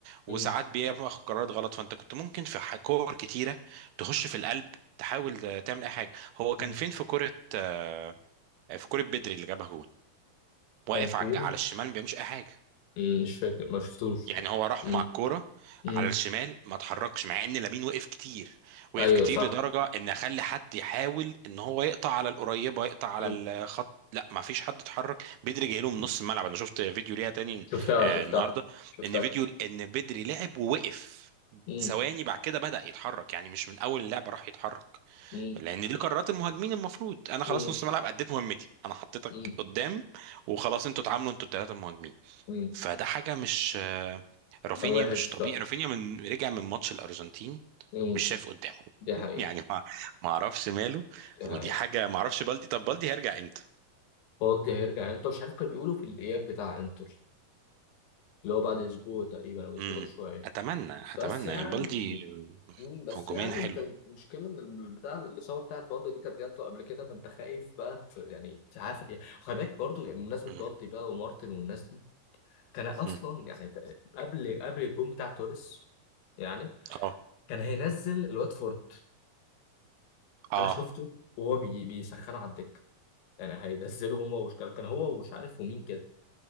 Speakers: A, on the right (about 85°); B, on the left (about 85°).
A: وساعات
B: مم.
A: بياخد قرارات غلط فانت كنت ممكن في ح- كور كتيره تخش في القلب تحاول تعمل اي حاجه هو كان
B: مم.
A: فين في كره آه، في كره بدري اللي جابها جول واقف
B: كان
A: على
B: فين؟
A: الج- على الشمال ما بيعملش اي حاجه
B: مم. مش فاكر ما شفتوش
A: يعني هو راح
B: مم.
A: مع الكوره
B: مم.
A: على الشمال ما اتحركش مع ان لامين وقف كتير وقف
B: ايوه
A: كتير
B: صح
A: لدرجه ان اخلي حد يحاول ان هو يقطع على القريبه يقطع على
B: مم.
A: الخط لا ما فيش حد اتحرك بدري جاي له من نص الملعب انا شفت فيديو ليها تاني
B: شفتها
A: آه،
B: شفتها
A: النهارده
B: شفتها
A: ان فيديو ان بدري لعب ووقف
B: مم.
A: ثواني بعد كده بدأ يتحرك يعني مش من اول اللعبه راح يتحرك
B: مم.
A: لان دي قرارات المهاجمين المفروض انا خلاص
B: مم.
A: نص ملعب اديت مهمتي انا حطيتك
B: مم.
A: قدام وخلاص انتوا اتعاملوا انتوا الثلاثه مهاجمين
B: مم.
A: فده حاجه مش آه، رافينيا
B: كان وحش
A: مش
B: فعلا
A: طبيعي رافينيا من رجع من ماتش الارجنتين
B: مم.
A: مش شايف قدامه
B: دي حقيقة
A: <laughs> يعني ما ما اعرفش ماله
B: دي
A: ودي
B: حقيقة
A: حاجه ما اعرفش بالدي طب بالدي هيرجع امتى
B: بالدي هيرجع انتر مش عارف كانوا بيقولوا في الإياب بتاع انتر اللي هو بعد أسبوع تقريبا أو أسبوع
A: امم
B: شوية
A: اتمنى اتمنى
B: بس يعني
A: يعني بالدي
B: مم. بس
A: هجوميا
B: يعني
A: حلو
B: انت المشكلة ان ال- بتاع الإصابة بتاعت بالدي دي كانت جات له قبل كده فانت خايف بقى ت- يعني تعافر يعني خلي بالك برضه يعني بمناسبة بالدي
A: مم.
B: بقى ومارتن والناس دي كان أصلا
A: مم.
B: يعني قبل قبل الجون بتاع توريس يعني
A: اه
B: كان هينزل الواتفورد
A: اه
B: انا شفته وهو بي... بيسخنه على الدكه يعني هينزلوا هما وش كان كان هو ومش عارف ومين كده